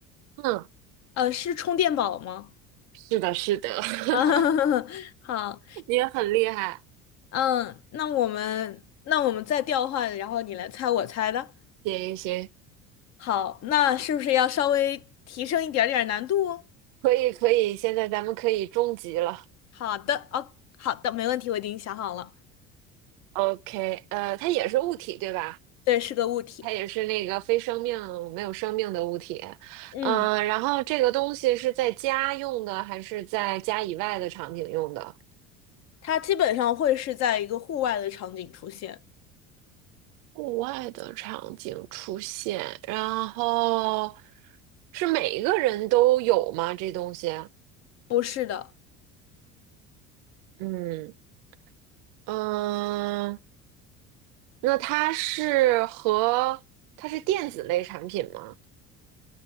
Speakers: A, on the right; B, on the left.
A: 嗯，
B: 呃，是充电宝吗？
A: 是的，是的，<laughs>
B: <laughs> 啊，好。
A: 你也很厉害。
B: 嗯，那我们那我们再调换，然后你来猜我猜的。
A: 行行行，
B: 好，那是不是要稍微提升一点点难度哦？
A: 可以可以，现在咱们可以终极了。
B: 好的，哦，好的，没问题，我已经想好了。
A: OK，呃，它也是物体，对吧？
B: 对，是个物体。
A: 它也是那个非生命、没有生命的物体。
B: 嗯，
A: 嗯、然后这个东西是在家用的，还是在家以外的场景用的？
B: 它基本上会是在一个户外的场景出现。
A: 户外的场景出现，然后是每一个人都有吗？这东西？
B: 不是的，
A: 嗯，嗯，那它是和它是电子类产品吗？